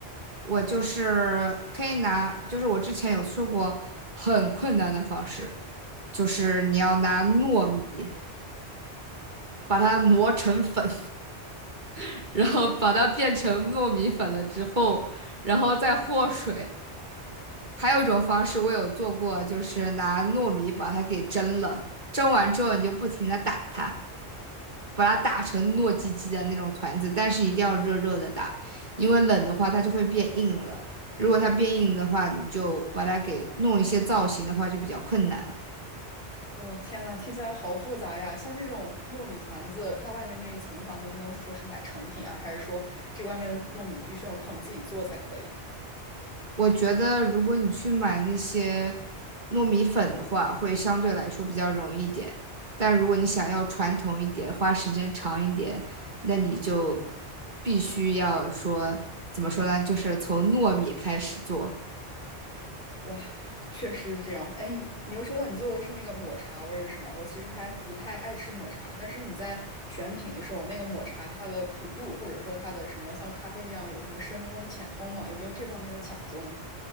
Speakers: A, on the right (about 45°); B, on the left (about 55°).
A: 我就是可以拿，就是我之前有做过很困难的方式，就是你要拿糯米把它磨成粉，<laughs> 然后把它变成糯米粉了之后，
B: <laughs>
A: 然后再和水。还有一种方式我有做过，就是拿糯米把它给蒸了，蒸完之后你就不停的打它。把它打成糯叽叽的那种团子，但是一定要热热的打，因为冷的话它就会变硬了。如果它变硬的话，你就把它给弄一些造型的话就比较困难。
B: 我天呐，听起来好复杂呀！像这种糯米团子，它外面那一层的话，能不能说是买成品啊？还是说这外面的糯米必须要靠你自己做才可以？
A: 我觉得如果你去买那些糯米粉的话，会相对来说比较容易一点。但如果你想要传统一点，花时间长一点，那你就必须要说，怎么说呢？就是从糯米开始做。
B: 哇，确实是这样。哎，你又说到你做的是那个抹茶味儿的是吗？我其实还不太爱吃抹茶，但是你在选品的时候，那个抹茶它的苦度，或者说它的什么像咖啡一样有什么深烘、浅烘嘛，有没有这方面的讲究呢？